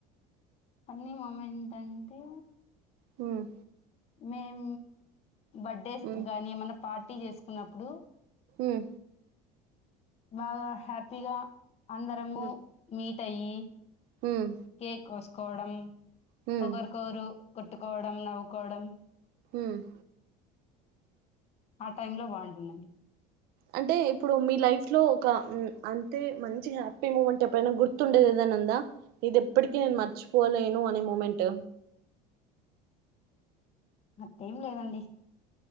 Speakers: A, on the left; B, on the right.
A: పన్నీ మూమెంట్ అంటే
B: హమ్
A: మేం బర్త్డేస్
B: హ్మ్
A: గాని ఏమన్నా పార్టీ చేసుకున్నప్పుడు
B: హమ్
A: బాగా హ్యాపీగా అందరము
B: హ్మ్
A: మీట్ అయ్యి
B: హ్మ్
A: కేక్ కోసుకోవడం
B: హ్మ్
A: ఒకరికొకరు కొట్టుకోవడం నవ్వుకోవడం
B: ఉమ్
A: ఆ టై లో బాగుంటుందండి
B: అంటే ఇప్పుడు మీ లైఫ్ లో ఒక అంతే మంచి హ్యాపీ మూమెంట్ ఎప్పుడైనా గుర్తుండేది ఎదైనా ఉందా ఇది ఎప్పటికీ నేను మర్చిపోలేను అనే మూమెంట్
A: అటా ఎం లేదండి